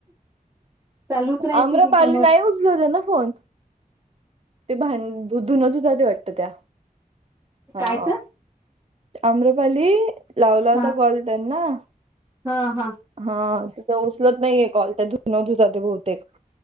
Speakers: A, on the right; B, on the right.
A: चालूच राहायच
B: आम्रपाली
A: तुच्यामुळे
B: नाही ना फोन. ते भांडधुन दुधा ते वाटत त्या
A: कायच
B: हा. अम्रपाली लावला
A: हा
B: होता कॉल त्यांना
A: हा हा.
B: हा तुझ उचलत नाहीये कॉल त्या धुन धुत असतील भवतेक